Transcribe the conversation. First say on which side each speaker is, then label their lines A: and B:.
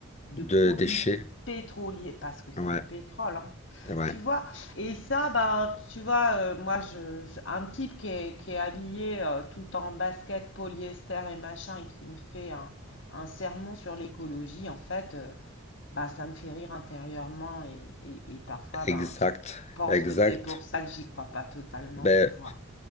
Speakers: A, on the left; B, on the left.
A: de produits
B: De déchets.
A: pétroliers, parce que c'est
B: Ouais,
A: du pétrole, hein,
B: ouais,
A: tu vois. Et ça, bah, tu vois, euh, moi, je, je- un type qui est, qui est habillé euh, tout en basket, polyester et machin, et qui me fait un, un sermon sur l'écologie, en fait, euh, bah, ça me fait rire intérieurement, et, et- et parfois, ben,
B: exact,
A: je pense
B: exact.
A: que c'est pour ça que j'y crois pas totalement,
B: Ben,
A: tu vois.